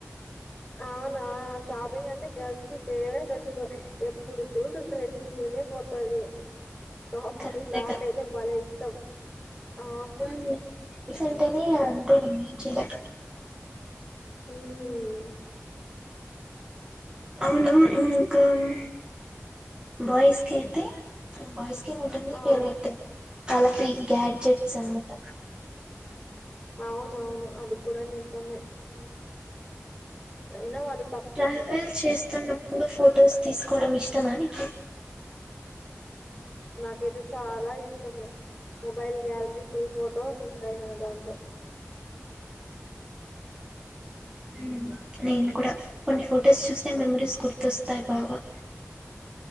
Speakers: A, in the centre; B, on the right (about 20°).
A: ఆ నా షాపింగ్ అంటే గర్ల్స్ కి ఫేవరెట్ డ్రెస్సులు ఎప్పుడు చూడు డ్రెస్సుల మీద పోతది షాపింగ్
B: కరెక్టే
A: నాకైతే బలే ఇష్టం ఆ!
B: ఉ సెంటనే అంతే చేయలేదు
A: ఉమ్
B: ఉమ్మ్ ఉమ్మ్ బాయ్స్ కైతే బాయ్స్ కి <unintelligible>
A: ఆ!
B: ఫేవరెట్ కలకిన్ గ్యాడ్జెట్స్ అన్నమాట
A: అవును అవును కూడా నిజమే ఉ అయినా వాళ్ళ
B: ట్రావెల్ చేస్తున్నప్పుడు ఫొటోస్ తీసుకోవడం ఇష్టమా నీకు
A: నాకైతే చాలా ఇష్టము మొబైల్ గ్యాలరీ ఫుల్ ఫొటో ఉంటాయి నా దాంట్లో
B: ఉమ్ నేను కూడా కొన్ని ఫొటోస్ చూస్తే మెమరీస్ గుర్తుకొస్తాయి బాగా